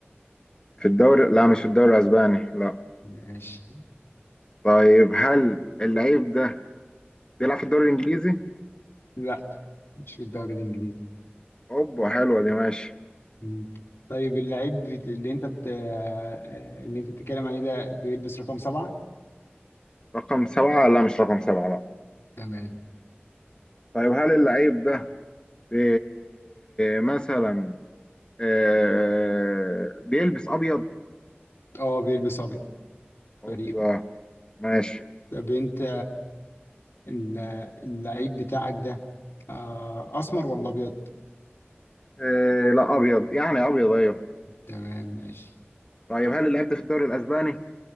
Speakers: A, on the left; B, on the left.
A: في الدوري لا مش في الدوري الاسباني لا
B: ماشي
A: طيب هل اللعيب ده بيلعب في الدوري الانجليزي؟
B: لا مش في الدوري الانجليزي
A: اوبا حلوه دي ماشي
B: مم. طيب اللعيب اللي انت بت... آه، آه، اللي انت بتتكلم عليه ده بيلبس رقم سبعة
A: رقم سبعة لا مش رقم سبعة لا
B: تمام
A: طيب هل اللعيب ده بي... مثلا آه، بيلبس ابيض؟
B: اه بيلبس ابيض
A: اوبا
B: فريقه
A: ماشي
B: طب انت ال- اللعيب بتاعك ده آه، اسمر ولا ابيض
A: إيه لا ابيض يعني ابيض ايوه
B: تمام ماشي
A: طيب هل اللعيب ده في الدوري الاسباني؟